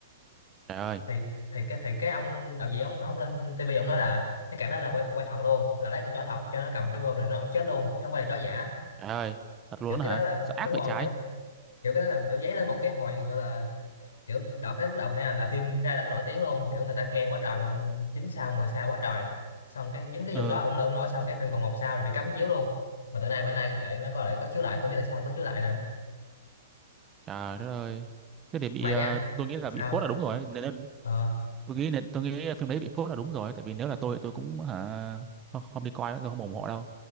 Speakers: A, on the right; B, on the left.
A: trời ơi,
B: thì thì cái thì cái ông đạo diễn ông ông lên tivi ông nói là cái cảnh đó là quay bộ quay thật luôn là lấy con chó thật cho nó cầm cái bơm này nó ổng chết luôn chứ không phải là chó giả
A: trời ơi, thật luôn
B: kiểu cái
A: á hả?
B: đó là
A: Sao ác
B: đúng
A: vậy
B: rồi
A: trái?
B: kiểu kiểu cái đó là kiểu giấy lên một cái hồi gọi là kiểu đợt đến lúc đầu này nè là phim ra rất là nổi tiếng luôn kiểu người ta khen quá trời luôn chín sao 10 sao quá trời xong cái dính cái
A: Ừ,
B: vụ đó ông nói ông nói xong cái phim còn một sao rồi bị cấm chiếu luôn mà từ nay bữa nay lại nó có lại có chiếu lại tôi không biết tại sao có chiếu lại nữa
A: trời đất ơi. Thế để bị
B: mà
A: ờ,
B: nha
A: tôi nghĩ là
B: sao
A: bị phốt là đúng rồi, nên, nên
B: ờ
A: tôi nghĩ nên tôi nghĩ phim đấy bị phốt là đúng rồi, tại vì nếu là tôi tôi cũng hả không, không đi coi nữa, tôi không ủng hộ đâu.